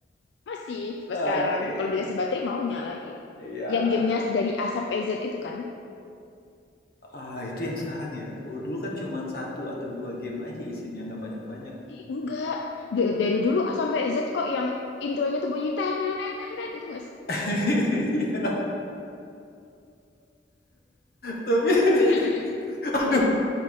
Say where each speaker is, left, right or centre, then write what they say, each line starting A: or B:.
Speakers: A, on the left; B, on the left.
A: masih sampai
B: Oke.
A: sekarang. Kalau dikasih baterai mau nyala dia.
B: Ya,
A: Yang gamenya dari A sampai Z itu kan.
B: Ah, itu yang sekarang ya. Kalau dulu kan cuman satu atau dua game aja isinya, nggak banyak-banyak.
A: Eh, enggak. Da- dari dulu A sampai Z kok yang intronya tuh bunyi tananananan itu enggak sih?
B: <laughs> Iya, tapi
A: Iya kan?
B: <laughs> aduh,